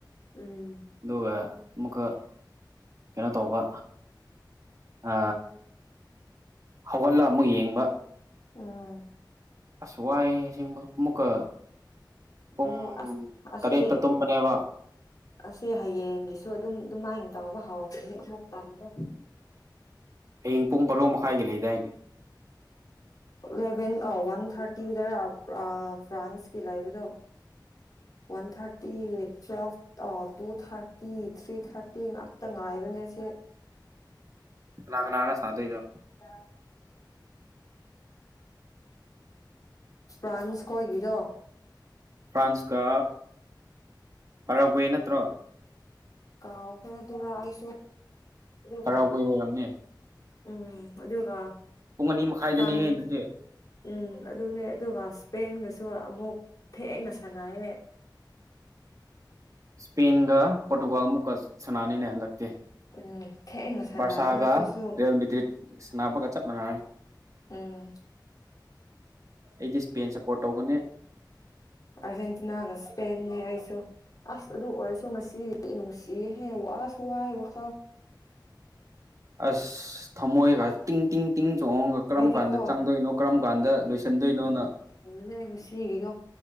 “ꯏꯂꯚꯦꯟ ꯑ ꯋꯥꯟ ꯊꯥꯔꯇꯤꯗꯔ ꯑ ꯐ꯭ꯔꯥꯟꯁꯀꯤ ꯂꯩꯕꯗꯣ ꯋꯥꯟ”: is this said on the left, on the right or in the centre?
Left